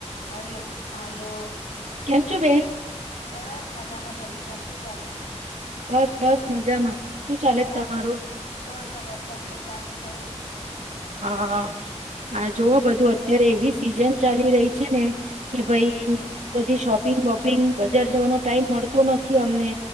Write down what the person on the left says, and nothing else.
Hello hello.
બસ મજામાં જલસા શું ચાલે છે.
બસ
આ
બસ આ વરસાદમાં ચાલુ થયો.
હમ